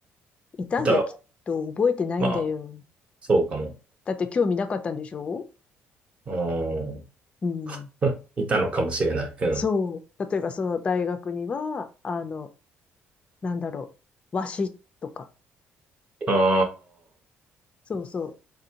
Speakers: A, on the left (about 25°); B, on the right (about 25°).
A: いたんだよ、
B: いた。
A: きっと。覚えてないんだよ。
B: まあ、そうかも。
A: だって興味なかったんでしょ
B: う
A: うん。
B: ん。<laughs> いたのかもしれない。うん。
A: そう。例えばその大学には、あの、なんだろう、和紙とか。
B: あ
A: そうそう。